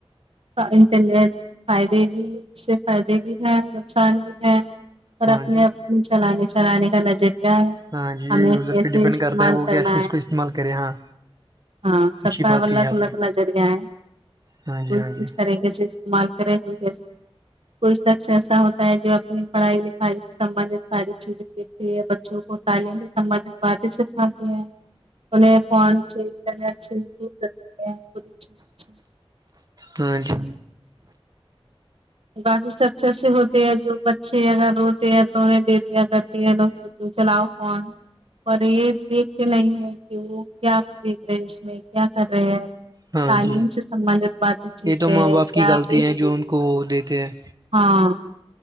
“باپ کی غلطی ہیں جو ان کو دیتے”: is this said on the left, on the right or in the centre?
Right